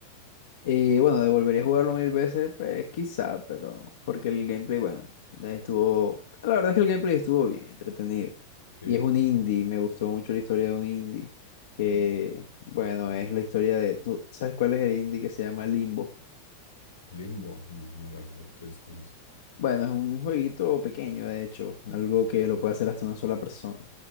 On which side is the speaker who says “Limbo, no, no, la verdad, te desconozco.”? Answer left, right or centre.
Left